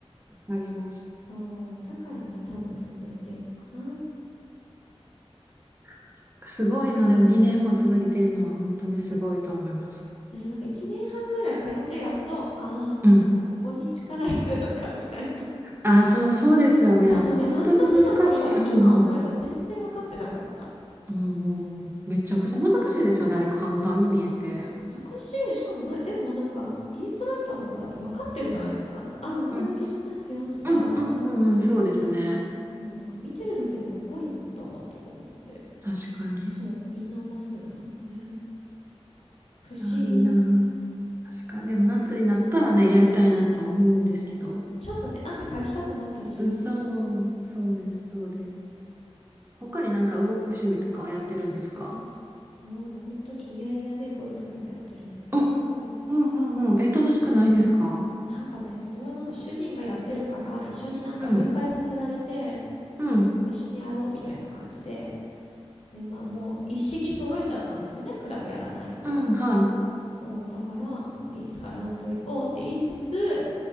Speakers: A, on the right (about 20°); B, on the left (about 80°).
A: わかります。
B: そう、だからね、多分続いてんのかな。
A: そっかすごいな。でも2年も続いてるのは本当にすごいと思います。
B: ね、なんか1年半ぐらい通ってやっと、ああ、
A: うん。
B: ここに力入れるのか、みたいな。
A: あ、そう、そうですよね。
B: そう、
A: あれ本当に難しい。
B: もうね、半年の頃は今思えば全然分かってなかった。
A: うんうん。うんうんうん。めちゃくちゃ難しいですよね。あれ簡単に見えて。
B: 難しい。しかもなでもなんか、インストラクターの方って分かってるじゃないですか。なんか、あ、お腹抜けてますよとか、
A: うん。すうんうんうんうん。
B: なんか、
A: そうですね。
B: そう、なんか見てるだけでわかるんだとか思って。
A: 確かに。
B: そう、インナーマッスルなのにね。不思議と思う。
A: あ、いいな。確かに。でも夏になったらね、やりたいなと思うんですけど。
B: ちょっとね、汗かきたくなったりしますよね。
A: うそう、そうです、そうです。他になんか動く趣味とかはやってるんですか
B: はもう本当に嫌々でゴルフをやってるんですけど、
A: あ、うんうんうん。え、楽しくないんですか
B: なんかね、それはなんか主人がやってるから、一緒になんか入会させられて、
A: うん、うん、
B: 一緒にやろうみたいな感じで、で、まあもう一式揃えちゃったんですよね。クラブやらなんやら。
A: うん、はい、
B: そう、だから、もういつかラウンド行こうって言いつつ、